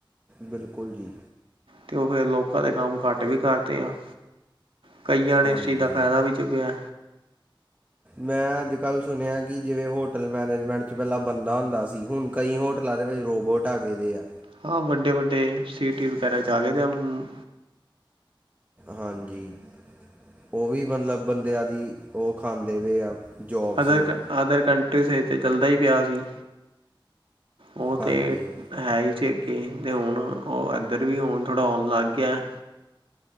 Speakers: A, on the right (about 20°); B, on the right (about 75°).
A: ਬਿਲਕੁਲ ਜੀ।
B: ਤੇ ਓ ਫੇਰ ਲੋਕਾਂ ਦੇ ਕੰਮ ਘੱਟ ਵੀ ਕਰਤੇ ਆ, ਕਈਆਂ ਨੇ
A: ਹਾਂਜੀ
B: ਇਸ ਚੀਜ਼ ਦਾ ਫੈਦਾ ਵੀ ਚੁੱਕਿਐ।
A: ਮੈਂ ਅੱਜ ਕੱਲ੍ਹ ਸੁਨਯੈ ਕਿ ਜਿਵੇਂ ਹੋਟਲ ਮੈਨੇਜਮੈਂਟ ਚ ਪੈਲਾਂ ਬੰਦਾ ਹੁੰਦਾ ਸੀ, ਹੁਣ ਕਈ ਹੋਟਲਾਂ ਦੇ ਵਿੱਚ ਰੋਬਟ ਆ ਗਏ ਦੇ ਆ।
B: ਹਾਂ, ਵੱਡੇ-ਵੱਡੇ ਸੀਟੀ ਵਗੈਰਾ ਚ ਆ ਗਏ ਦੇ ਆ, ਮ
A: ਹਾਂਜੀ, ਓ ਵੀ ਮਤਲਬ ਬੰਦਿਆਂ ਦੀ ਓ ਖਾਂਦੇ ਬੇ ਆ। ਜੋਬਸ
B: ਅਦਰ
A: ਨੂੰ
B: ਕਨ -ਅਦਰ ਕੰਟਰੀਜ਼ ਏ ਤੇ ਚੱਲਦਾ ਈ ਪਿਆ ਸੀ। ਓ
A: ਹਾਂਜੀ
B: ਤੇ ਹੈ ਹੀ ਜੀ ਅੱਗੇ। ਤੇ ਹੁਣ ਓ ਐਧਰ ਵੀ ਹੁਨ ਥੋੜ੍ਹਾ ਔਂਨ ਲੱਗ ਗਿਆ।